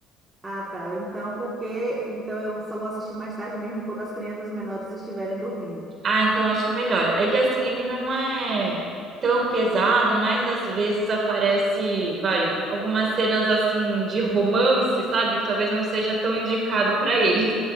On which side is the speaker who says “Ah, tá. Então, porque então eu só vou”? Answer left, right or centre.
Right